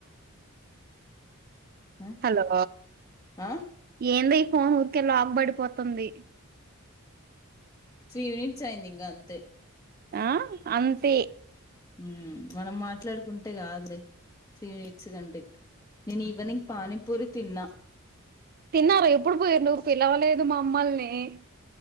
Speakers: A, on the left; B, on the right.
A: ఆ
B: హలో
A: ఆ
B: ఏంది ఫోన్ ఊరికే లాక్ బడిపోతుంది
A: త్రీ యూనిట్స్ అయింది ఇంగ అంతే
B: ఆ అంతే
A: హు మనం మాట్లాడుకుంటే కాదు రే త్రీ మినిట్స్ కంటే నేను ఈవెనింగ్ పానీపూరి తిన్నా
B: తిన్నార ఎప్పుడు పొఇండ్రు పిలవలేదు మమ్మల్ని ని